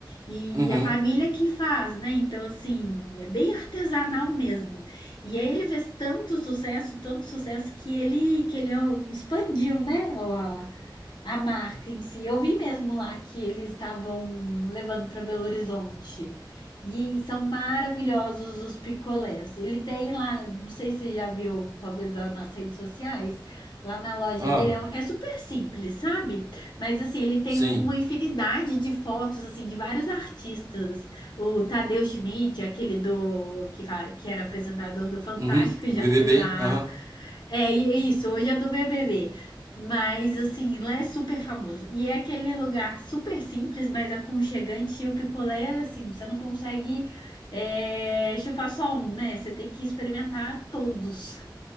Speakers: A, on the left; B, on the right.
A: E
B: Uhum.
A: a família que faz, né? Então, assim, é bem artesanal mesmo. E aí ele fez tanto sucesso, tanto sucesso, que ele, que ele expandiu, né? a- a marca em si. Eu vi mesmo lá que eles estavam levando para Belo Horizonte. E são maravilhosos os picolés. Ele tem lá, não sei se você já viu, talvez nas redes sociais, lá na loja
B: Ah,
A: dele. É, um- é super simples, sabe? Mas assim, ele tem
B: sim.
A: uma infinidade de fotos, assim, de vários artistas. O Tadeu Schmidt, aquele do que, fa- que era apresentador do Fantástico,
B: Uhum,
A: já
B: do BBB,
A: foi lá.
B: aham.
A: É e- é isso, hoje é do B B B, Mas assim, lá é super famoso. E é aquele lugar super simples, mas aconchegante. E o picolé, assim, você não consegue é, chupar só um, né? Você tem que experimentar todos.